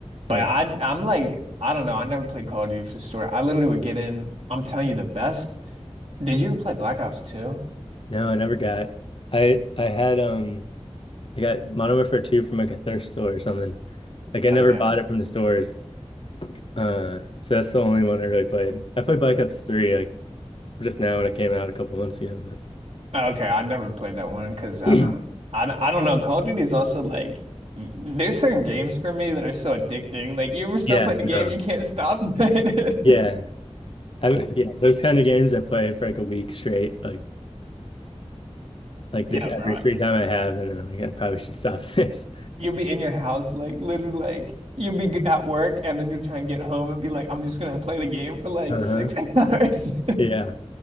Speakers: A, on the right; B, on the left.
A: But
B: Yeah.
A: I I'm like I don't know. I never played Call of Duty for the story. I literally would get in. I'm telling you the best. Did you ever play Black Ops 2?
B: No, I never got. I I had um I got monomer for two from like a thrift store or something. Like I
A: Okay.
B: never bought it from the stores. Uh, so that's the only one I really played. I played Black Ops 3 like just now when it came out a couple months ago,
A: Okay, I never played that one because I
B: but <clears throat>
A: don't I, don't- I don't know. Call of Duty is also like there's certain games for me that are so addicting. Like you ever start
B: yeah,
A: playing a game,
B: no.
A: you can't stop <laughs> playing it.
B: Yeah. I yeah, those kind of games I play for like a week straight, like like
A: Yeah,
B: just every
A: bro.
B: free time I have and then I'm like I probably should stop <laughs> this.
A: You'll be in your house like literally like you'll be g- at work and then you'll try and get home and be like I'm just gonna play the game for like
B: Uh-huh.
A: six <laughs> hours.
B: Yeah.